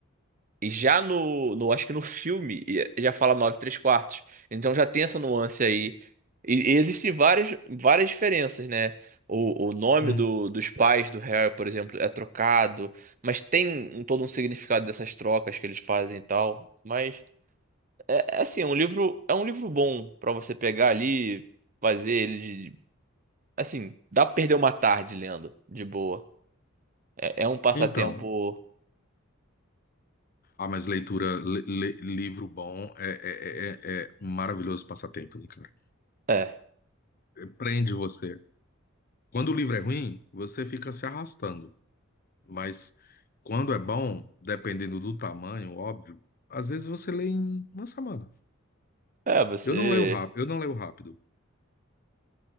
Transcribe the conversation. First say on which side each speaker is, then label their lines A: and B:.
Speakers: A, on the right; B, on the left.
A: E já no, no, acho que no filme, e- já fala 9 3 quartos. Então já tem essa nuance aí. E, e existem várias, várias diferenças, né? O, o nome
B: Hum.
A: do, dos pais do Harry, por exemplo, é trocado, mas tem um- um, todo um significado dessas trocas que eles fazem e tal. Mas é, é assim, é um livro, é um livro bom pra você pegar ali, fazer ele de- assim, dá pra perder uma tarde lendo, de boa. É, é um passatempo,
B: Então, ah, mas leitura, le- le- livro bom é, é, é, é é maravilhoso passatempo, né, cara?
A: é,
B: Prende você. Quando o livro é ruim, você fica se arrastando, mas quando é bom, dependendo do tamanho, óbvio, às vezes você lê em uma semana.
A: é você
B: Eu não leio rápido, eu não leio rápido,